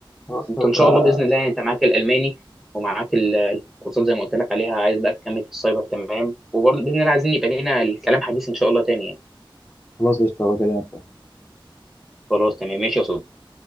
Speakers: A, on the left; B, in the centre.
A: خلاص
B: انت
A: آه،
B: ان شاء الله باذن الله انت معاك الالماني ومعاك ال- الكورسات زي ما قلت لك عليها عايز بقى تكمل في السايبر تمام وبرضه باذن الله عايزين يبقى لنا الكلام حديث ان شاء الله تاني يعني
A: خلاص قشطة بكلمك تاني
B: خلاص تمام ماشي يا صديقي